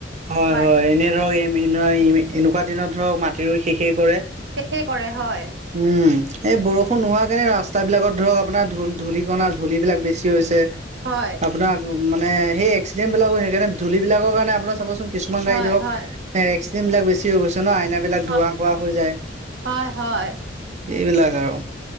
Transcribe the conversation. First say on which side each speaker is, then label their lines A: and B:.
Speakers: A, on the right; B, on the right.
A: হয়-হয়,
B: বাৰিষা
A: এনেই ধৰক এনেকুৱা দিনত ধৰক মাটি ৰুই শেষেই কৰে।
B: শেষে কৰে হয়।
A: উম, এই বৰষুণ নোহোৱা কাৰণে ৰাস্তাবিলাকত ধৰক আপোনাৰ ধূ-ধূলিকণা ধূলি বিলাক বেছি হৈছে।
B: হয়।
A: আপোনাৰ মানে এই এক্সিডেণ্ট বিলাকো সেইকাৰণে ধূলি বিলাকৰ কাৰণে আপোনাৰ চাবচোন কিছুমান
B: হয়,
A: গাড়ী ধৰক,
B: হয়,
A: এ এক্সিডেণ্ট বিলাক বেছি হৈ গৈছে ন আইনা বিলাক
B: হয়,
A: ধোৱা কোৱা হৈ যায়,
B: হয়, হয়,
A: এইবিলাক আৰু।